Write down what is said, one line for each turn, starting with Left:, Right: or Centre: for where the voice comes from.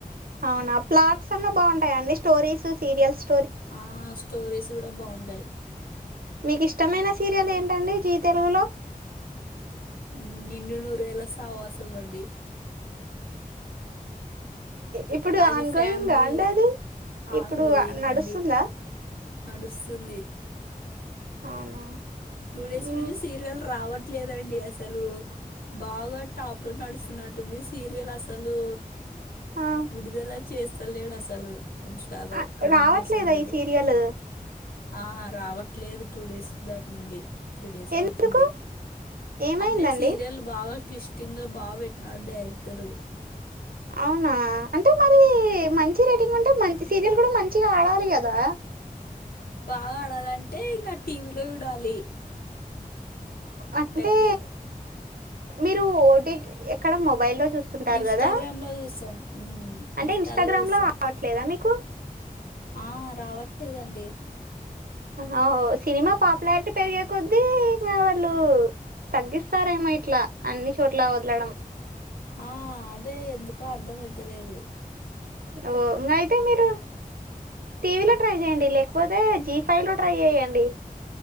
Right: ఔనా ప్లాట్స్ అన్నా బాఉంటాయండి స్టోరీస్ సీరియల్స్
Left: ఆ స్టోరీస్ గుడా బాఉంటాయ్
Right: మీక్ ఇష్టమైన సీరియల్ ఏంటండి జీ తెలుగులో
Left: హ్మ్ నిండు నూరేళ్ల సావాసమండి
Right: ఇప్పుడు
Left: అది
Right: అన్గోయింగ్
Left: ఫ్యామిలీ
Right: అండి అది
Left: ఆన్
Right: ఇప్పుడు
Left: గోయింగ్
Right: నడుస్తుందా
Left: అండి నడుస్తుంది
Right: అవునా
Left: టూ డేస్
Right: మ్,
Left: నుంచి సీరియలు రావ లేదండి అసలు బాగా టాప్ లో నడుస్తున్నట్టుంది సీరియల్ అసలు
Right: ఆ.
Left: విడుదలా చేస్తా లేడు అసలు ఇన్స్టాలో
Right: ఆ,
Left: రిలీజ్
Right: రావట్లేదా
Left: చేసలేడు
Right: ఈ సీరియల్
Left: ఆ రావట్లేదు టూ డేస్ బ్యాక్ నుండి త్రీ డేస్
Right: ఎందుకు
Left: అవుతుంది
Right: ఏమైందండి
Left: అంటే సీరియల్ బాగా టిస్టింగ్గా బాగా పెట్టినాడు డైరెక్టరు
Right: అవునా అంటే మరి మంచి రేటింగ్ ఉంటే మంచి సీరియల్ కూడా మంచిగా ఆడాలి కదా
Left: బాగా ఆడాలంటే ఇంకా టీవీలో చూడాలి
Right: అంటే
Left: డైలీ
Right: మీరు ఓటీ ఎక్కడ మొబైల్ లో చూస్తుంటారు
Left: ఇన్స్టాగ్రామ్
Right: కదా
Left: లో చూస్తాం ఉమ్,
Right: అంటే
Left: ఇన్స్టాలో
Right: ఇన్స్టాగ్రామ్
Left: చూస్తాం
Right: లో రావట్లేదా మీకు
Left: ఆ రావట్లేదండి
Right: ఆ సినిమా పాపులారిటీ పెరిగే కొద్దీ ఇంకా వాళ్ళు తగ్గిస్తారేమో ఇట్లా అన్ని చోట్ల వదలడం
Left: ఆ అదే ఎందుకో అర్థమయితలేదు
Right: ఓ ఇంకా అయితే మీరు టీవీలో ట్రై చేయండి లేకపోతే జీ ఫైవ్ లో ట్రై చేయండి